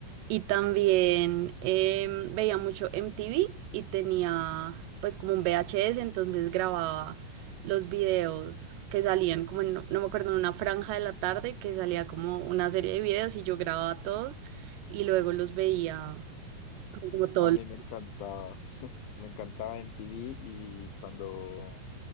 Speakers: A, on the right; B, on the left.
A: Y también em, veía mucho MTV y tenía pues como un VHS, entonces grababa los videos que salían, como en- no me acuerdo, en una franja de la tarde que salía como una serie de videos y yo grababa todos y luego los veía como todos.
B: A mí
A: los-
B: me encantaba, me encantaba MTV y cuando